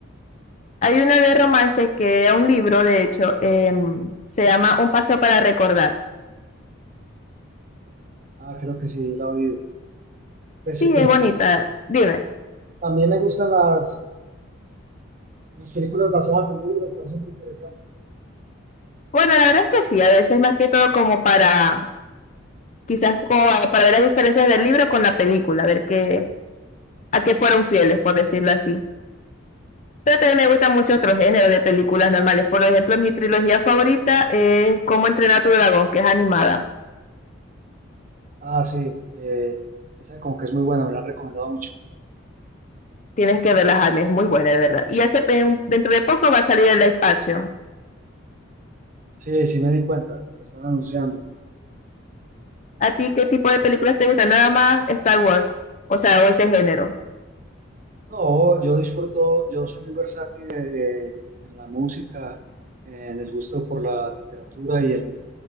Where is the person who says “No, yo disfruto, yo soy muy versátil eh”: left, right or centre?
Right